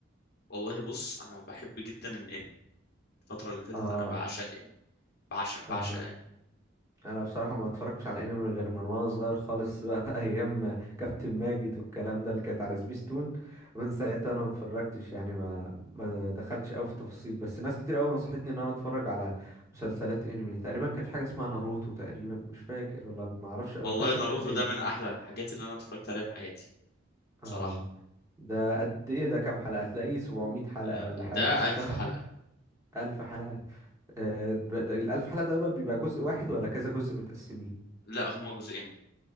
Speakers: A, on the left (about 55°); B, on the right (about 15°).
A: والله بص انا بحب جدا الانمي الفتره اللي فاتت
B: اه
A: انا بعشق الانمي بعشق بعشق
B: آه،
A: الانمي
B: انا بصراحه ما اتفرجتش على انمي غير من وانا صغير خالص بقى <laughs> ايام كابتن ماجد والكلام ده اللي كانت على سبيستون من ساعتها انا ما اتفرجتش يعني ما ما دخلتش قوي في التفاصيل بس ناس كتير قوي نصحتني ان انا اتفرج على مسلسلات انمي تقريبا كان في حاجه اسمها ناروتو تقريبا مش فاكر والله ما اعرفش ما
A: والله
B: فهمش
A: ناروتو
B: قوي في الانمي
A: ده من احلى الحاجات اللي انا اتفرجت عليها في حياتي
B: اه
A: بصراحه
B: ده قد ايه ده كام حلقه تلاقيه 700 حلقه
A: آه،
B: ولا حاجه
A: ده
B: صح
A: ألف حلقه
B: <laughs> 1000 حلقه آه ب- ده الألف حلقة ده بقى بيبقى جزء واحد ولا كذا جزء متقسمين
A: لا هما جزئين